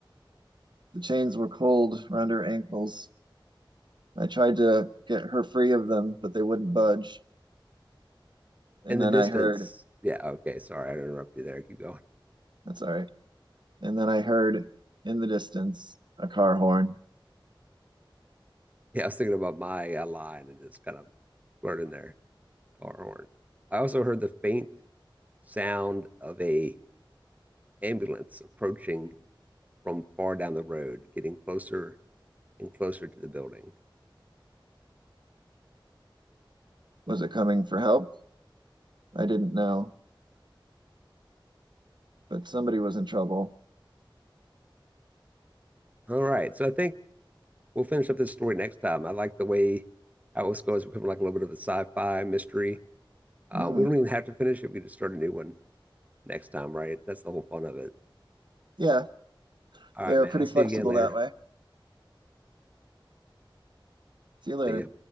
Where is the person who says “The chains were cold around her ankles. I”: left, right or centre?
Right